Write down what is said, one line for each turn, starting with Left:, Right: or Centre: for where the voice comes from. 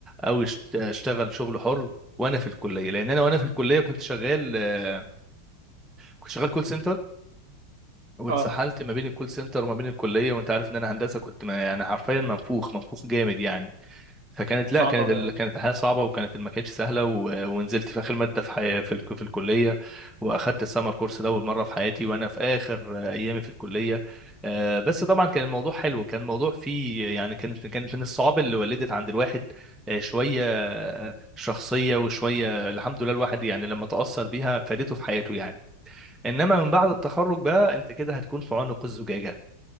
Centre: او يشت- اشتغل شغل حر وانا في الكليه لان انا وانا في الكليه كنت شغال آه، كنت شغال كول سنتر واتسحلت
Right: اه
Centre: ما بين الكول سنتر وما بين الكليه وانت عارف ان انا هندسه كنت ما يعني حرفيا منفوخ منفوخ جامد يعني فكانت
Right: صعب
Centre: لا كانت
Right: أوي
Centre: ال-
Right: اه
Centre: كانت الحياه صعبه وكانت ما كانتش سهله و... ونزلت في اخر ماده في حي... في, ال... في الكليه واخدت السمر كورس لاول مره في حياتي وانا في اخر ايامي في الكليه آه، بس طبعا كان الموضوع حلو كان الموضوع فيه يعني كانت كانت من الصعاب اللي ولدت عند الواحد آه، شويه آه، شخصيه وشويه الحمد لله الواحد يعني لما تاثر بيها فادته في حياته يعني انما من بعد التخرج بقى انت كده هتكون في عنق الزجاجه